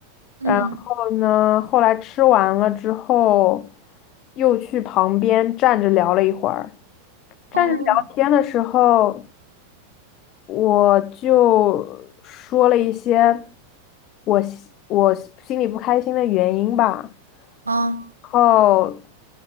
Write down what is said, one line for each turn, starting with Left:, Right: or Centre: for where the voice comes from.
Right: 嗯，
Left: 然后呢，后来吃完了之后，又去旁边站着聊了一会儿。站着聊天的时候。
Right: 哦，
Left: 我就说了一些我心我心里不开心的原因吧。
Right: 嗯
Left: 然后